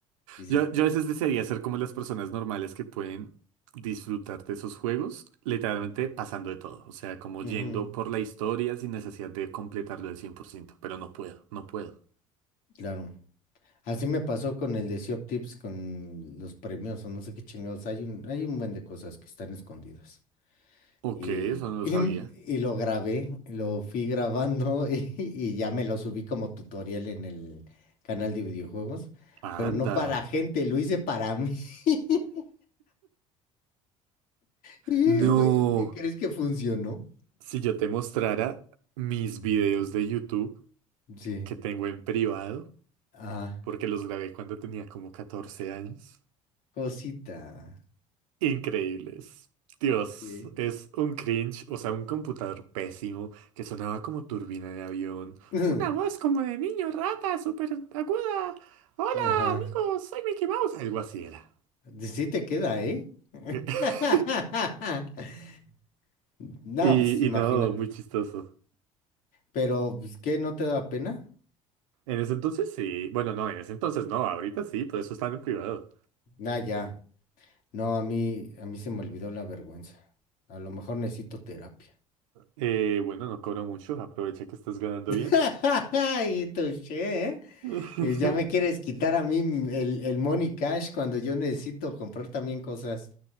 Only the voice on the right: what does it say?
Yo, yo a veces desearía ser como las personas normales que pueden disfrutar de esos juegos, literalmente
pasando de todo. O sea, como
yendo por la historia sin necesidad de completarlo al cien por ciento pero no puedo, no puedo.
Ok,
eso no lo
sabía.
Anda.
No.
Si yo te mostrara mis
videos de YouTube
que tengo en privado,
porque los grabé cuando tenía como 14 años,
increíbles. Dios,
es un cringe, o sea, un computador pésimo que sonaba como turbina de avión,
una voz como de niño rata, súper aguda. Hola,
amigos, soy Mickey Mouse. Algo así era.
<laughs>
Y,
y no, muy chistoso.
En ese entonces sí, bueno, no, en ese entonces no, ahorita sí, por eso están en privado.
Eh, bueno, no cobro mucho, aprovecha que estás ganando
bien.
<laughs>